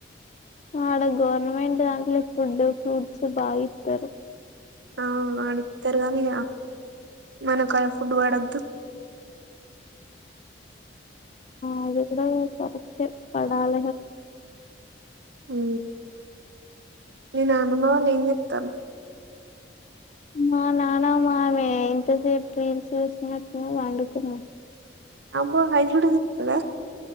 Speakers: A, on the left; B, on the right.
A: ఆడ గవర్నమెంట్ దాంట్లో ఫుడ్డు ఫ్రూట్స్ బాగా ఇస్తారు
B: ఆ అడితారు గాని మనకు ఫుడ్ పడొద్దు
A: అది కూడా పరతే పడాాల
B: ఉ నేను అనుభవాలు ఏం చెప్తాను
A: మా నానా మామెే ఇంతసేపు రెల్స్ చూసినట్టున్నారు వండుకున్నాం
B: అబ్బో హైజడి ఇతుద